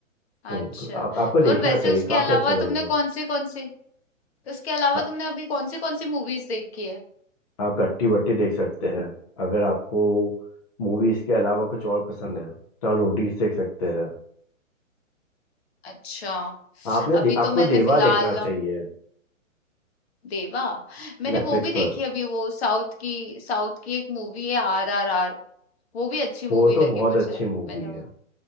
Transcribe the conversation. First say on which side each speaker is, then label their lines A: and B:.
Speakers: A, on the left; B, on the left.
A: हम्म,
B: अच्छा
A: तो आप आपको देखना
B: और वैसे
A: चाहिए
B: उसके
A: काफी
B: अलावा
A: अच्छा लगेगा
B: तुमने कौन सी कौन सी उसके अलावा
A: आ,
B: तुमने अभी कौन सी कौन सी मूवीज देखी है
A: आप कट्टी बट्टी देख सकते हैं अगर आपको मूवीज के अलावा कुछ और पसंद है तो आप रोडीज देख सकते हैं
B: अच्छा
A: आपने
B: अभी
A: दे, आपको
B: तो मैंने
A: देवा
B: फिलहाल
A: देखना चाहिए
B: देवा मैंने
A: नेटफ्लिक्स
B: वो भी देखी
A: पर
B: अभी वो साउथ की साउथ की एक मूवी है आर आर आर वो भी अच्छी
A: वो
B: मूवी
A: तो बहुत
B: लगी मुझे
A: अच्छी मूवी
B: मैंने
A: है